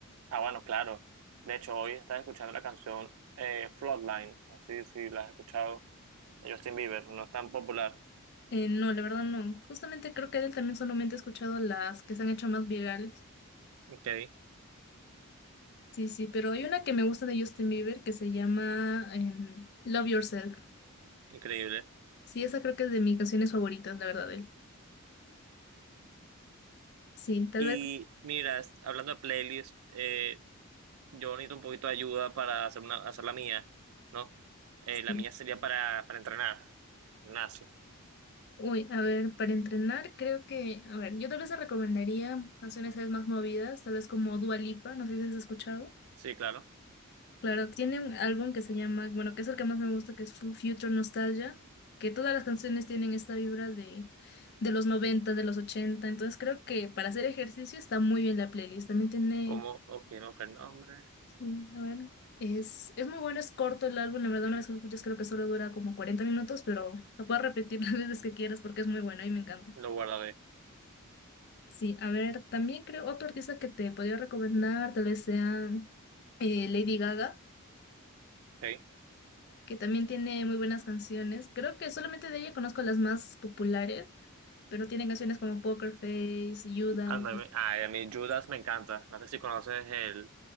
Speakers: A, on the right (about 70°); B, on the left (about 50°).
A: Ah, bueno, claro. De hecho, hoy estás escuchando la canción eh, Floodline. No sé si la has escuchado. de Justin Bieber, no es tan popular.
B: Eh, no, la verdad no. Justamente creo que de él también solamente he escuchado las que se han hecho más virales.
A: Ok,
B: Sí, sí, pero hay una que me gusta de Justin Bieber que se llama em, Love Yourself.
A: increíble.
B: Sí, esa creo que es de mis canciones favoritas, la verdad, de él. Sí, tal
A: Y
B: vez.
A: mira, es- hablando de playlist, eh, yo necesito un poquito de ayuda para hacer, una, hacer la mía, ¿no? Eh,
B: sí.
A: la mía sería para, para entrenar. Gimnasio.
B: Uy, a ver, para entrenar creo que, a ver, yo tal vez te recomendaría canciones tal vez más movidas, tal vez como Dua Lipa, no sé si has escuchado.
A: Sí, claro.
B: Claro, tiene un álbum que se llama, bueno, que es el que más me gusta, que es Fu- Future Nostalgia, que todas las canciones tienen esta vibra de, de los 90, de los 80. entonces creo que para hacer ejercicio está muy bien la playlist. También tiene,
A: cómo ok, no, buscar el nombre.
B: sí, a ver, es, es muy bueno, es corto el álbum, la verdad
A: y
B: una vez que lo escuchas creo que solo dura como 40 minutos, pero lo puedes repetir <laughs> las veces que quieras porque es muy bueno y me encanta.
A: Lo guardaré.
B: Sí, a ver, también creo otro artista que te podría recomendar, tal vez sea eh, Lady Gaga.
A: ok.
B: que también tiene muy buenas canciones. Creo que solamente de ella conozco las más populares, pero tiene canciones como Poker Face, Judas.
A: ah no ay, a mí Judas me encanta. No sé si conoces el,